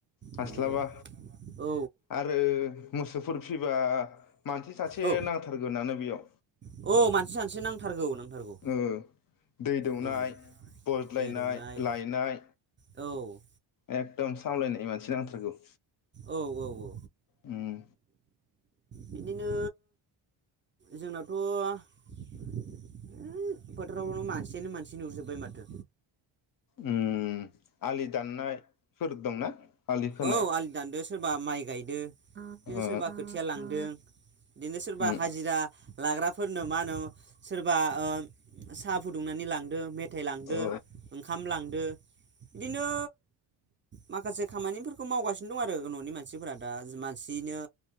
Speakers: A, on the left; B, on the right.
A: हास्लाबा
B: माने औ
A: आरो मोसौफोर फिबा मानसि सासे
B: औ
A: नांथारगोनानो बेयाव
B: औ मानसि सानसो नांथारगौ नांथारगौ
A: ओ दै दौनाय
B: ओं
A: बज्लायनाय
B: दै दौनाय
A: लायनाय
B: औ
A: एकदम सामलायनाय मानसि नांथारगौ
B: औ औ औ
A: उम
B: बिदिनो जोंनाथ' उम फो बोथारावनो मानयानो मानसि नुजोबबाय माथो
A: ओम आलि दाननायफोर दंना।। आलि खोनाय
B: औ आलि दानदो सो सोरबा माइ गायदो बिदिनो
A: ओ
B: सोरबा खोथिया लांदों दिनो सोरबा
A: उम
B: हाजिरा लाग्राफोरनो मा होनो सोरबा ओ सा फुदुंनानै लांदो मे मेथाय लांदो
A: औ
B: ओंखाम लांदो बिदिनो माखासे खामानिफोरखौ मावगासिनो दं आरो आरो न'नि मानसिफोरा दा मानसिनो